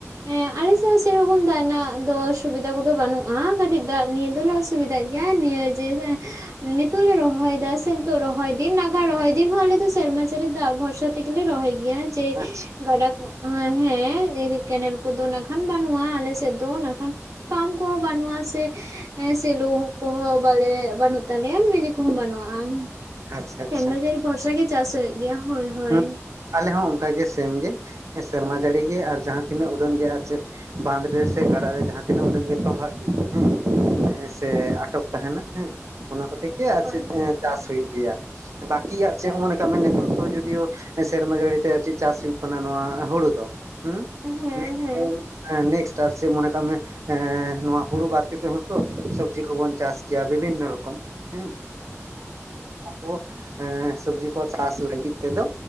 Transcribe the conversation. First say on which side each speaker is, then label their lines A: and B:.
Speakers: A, on the right (about 85°); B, on the right (about 70°).
A: ᱦᱮᱸ ᱟᱞᱮᱥᱮᱫ ᱦᱚᱸ ᱥᱮᱨᱚᱠᱚᱢ ᱫᱟᱜ ᱨᱮᱱᱟᱜ ᱫᱚ ᱥᱩᱵᱤᱫᱟ ᱠᱚᱫᱚ ᱵᱟᱹᱱᱩᱜᱼᱟ ᱠᱟᱴᱤᱡ ᱫᱟᱜ ᱱᱤᱭᱟᱹ ᱫᱚᱞᱮ ᱚᱥ ᱥᱩᱵᱤᱫᱷᱟᱜ ᱜᱮᱭᱟ ᱱᱤᱭᱟᱹᱡᱮ ᱦᱮᱸ ᱱᱤᱛᱚᱜ ᱞᱮ ᱨᱚᱦᱚᱭ ᱫᱟ᱾ ᱥᱮ ᱱᱤᱛᱳᱜ ᱨᱚᱦᱚᱭ ᱫᱤᱱ ᱱᱟᱠᱷᱟᱱ ᱨᱚᱦᱚᱭ ᱫᱤᱱ ᱦᱚᱸ ᱟᱞᱮ ᱫᱚ ᱥᱮᱨᱢᱟ ᱡᱟᱹᱨᱤ ᱫᱟᱜ ᱵᱷᱚᱨᱥᱟ ᱛᱮᱜᱮᱞᱮ ᱞᱮ ᱨᱚᱦᱚᱭ ᱜᱮᱭᱟ ᱡᱮ
B: ᱟᱪᱪᱷᱟ
A: ᱜᱟᱰᱟ ᱠᱚ ᱟᱸᱜ ᱦᱮᱸ ᱠᱮᱱᱮᱞ ᱠᱚᱫᱚ ᱱᱟᱜᱠᱷᱟᱱ ᱵᱟᱹᱱᱩᱜᱼᱟ ᱟᱞᱮᱥᱮᱫ ᱫᱚ ᱱᱟᱜᱷᱟᱱ ᱯᱟᱢ ᱠᱚᱦᱚᱸ ᱵᱟᱹᱱᱩᱜᱼᱟ ᱥᱮ ᱮᱸ ᱥᱮᱞᱳ ᱠᱚᱦᱚᱸ ᱵᱟᱞᱮ ᱵᱟᱹᱱᱩᱜ ᱛᱟᱞᱮᱭᱟ ᱢᱤᱱᱤ ᱠᱚᱦᱚᱸ ᱵᱟᱹᱱᱩᱜᱼᱟ᱾ ᱟᱢ
B: ᱟᱪᱪᱷᱟ
A: ᱥᱮᱨᱢᱟ
B: ᱟᱪᱪᱷᱟ
A: ᱡᱟᱹᱲᱤ ᱵᱷᱚᱨᱥᱟ ᱜᱮ ᱪᱟᱥ ᱦᱩᱭᱩᱜ ᱜᱮᱭᱟ ᱦᱳᱭ ᱦᱳᱭ᱾
B: ᱦᱩᱸ ᱟᱞᱮ ᱦᱚᱸ ᱚᱱᱠᱟᱜᱮ ᱥᱮᱢ ᱜᱮ ᱥᱮᱨᱢᱟ ᱡᱟᱹᱲᱤᱜᱮ ᱟᱨ ᱡᱟᱦᱟᱸ ᱛᱤᱱᱟᱹᱜ ᱩᱰᱟᱹᱱ ᱜᱮ ᱟᱨ ᱪᱮᱫ ᱵᱟᱸᱫᱷ ᱨᱮ ᱥᱮ ᱜᱟᱰᱟᱨᱮ ᱡᱟᱦᱟᱸ ᱛᱤᱱᱟᱹᱜ ᱩᱰᱟᱹᱝ ᱜᱮ ᱛᱚᱢᱵᱷᱟᱜ ᱜᱮᱭᱟ ᱦᱮᱸ᱾ ᱦᱮᱸ ᱥᱮ ᱟᱴᱚᱠ ᱛᱟᱦᱮᱱᱟ ᱦᱮᱸ ᱚᱱᱟ ᱠᱚᱛᱮ ᱜᱮᱭᱟ
A: ᱦᱳᱭ
B: ᱥᱮᱫ ᱮᱸ ᱪᱟᱥ ᱦᱩᱭᱩᱜ ᱜᱮᱭᱟ ᱵᱟᱠᱤ ᱟᱨ ᱪᱮᱫ ᱦᱚᱸ ᱢᱚᱱᱮ ᱠᱟᱜ ᱢᱮ ᱱᱤᱛᱚᱜ ᱫᱚ ᱡᱩᱫᱤᱭᱳ ᱥᱮᱨᱢᱟ ᱡᱟᱹᱲᱤ ᱛᱮ ᱟᱨ ᱪᱮᱫ ᱪᱟᱥ ᱦᱩᱭᱩᱜ ᱠᱟᱱᱟ ᱱᱚᱣᱟ ᱦᱩᱲᱩ ᱫᱚ ᱦᱩᱸ <inaudible>
A: ᱦᱮᱸ ᱦᱮᱸ
B: <unintelligible> ᱢᱚᱱᱮ ᱠᱟᱜ ᱢᱮ ᱮᱸ ᱱᱚᱣᱟ ᱦᱩᱲᱩ ᱵᱟᱫ ᱠᱟᱛᱮᱜ ᱦᱚᱸᱛᱚ ᱥᱚᱵᱡᱤ ᱠᱚᱵᱚᱱ ᱪᱟᱥ ᱠᱮᱭᱟ ᱵᱤᱵᱷᱤᱱᱱᱚ ᱨᱚᱠᱚᱢ᱾ ᱦᱮᱸ ᱟᱫᱚ ᱥᱚᱵᱡᱤ ᱠᱚ ᱪᱟᱥ ᱞᱟᱹᱜᱤᱛ ᱛᱮᱫᱚ